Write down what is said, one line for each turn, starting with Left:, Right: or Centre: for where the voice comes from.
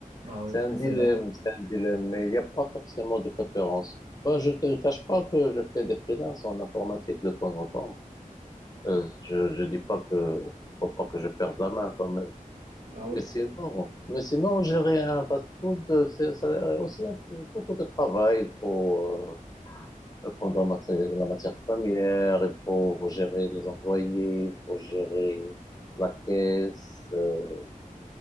Right: Ah ouais,
Left: C'est un dilemme,
Right: c'est vrai.
Left: c'est un dilemme, mais il n'y a pas forcément de préférence. Moi, je te cache pas que je fais des freelances en informatique de temps en temps. Euh, je, je dis pas que faut pas que je perde la main quand même.
Right: Ah ouais.
Left: Mais sinon, mais sinon gérer un fast-food, euh, c'est ça a aussi un peu- beaucoup de travail. Il faut euh, prendre la matière, la matière première, il faut gérer les employés, il faut gérer la caisse, euh,